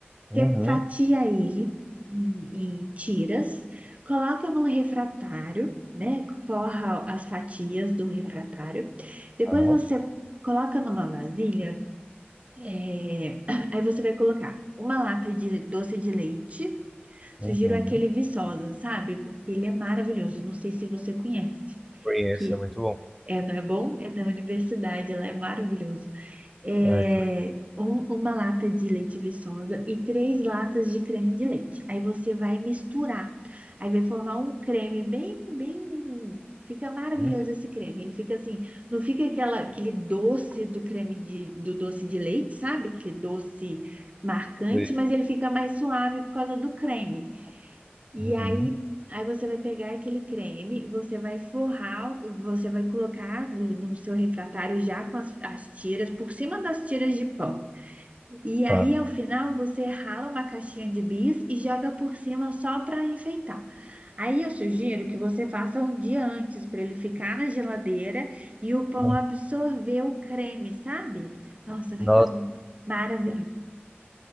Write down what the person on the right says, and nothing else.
Você fatia ele em, em tiras, coloca no refratário, né? Forra as fatias do refratário. Depois
você coloca numa vasilha. é, <clears throat> Aí você vai colocar uma lata de doce de leite Sugiro
aquele Viçosa, sabe? Porque ele é maravilhoso. Não sei se você conhece.
Que
é, não é bom? É da universidade, ela é maravilhoso. É
um- uma lata de leite Viçosa e três latas de creme de leite. Aí você vai misturar. Aí vai formar um creme bem, bem. Fica maravilhoso
esse creme. Ele fica assim, não fica aquela, aquele doce do creme de, do doce de leite, sabe? Aquele doce marcante,
mas ele fica mais suave por causa do creme. E
aí, aí você vai pegar aquele creme, você vai forrar, você vai colocar no no seu refratário já com as, as tiras, por cima das tiras de pão. E aí,
ao final, você rala uma caixinha de bis e joga por cima só para enfeitar. Aí eu sugiro que você faça um dia antes para ele ficar na geladeira e o pão
absorver o creme, sabe? Nossa, fica
maravilhoso.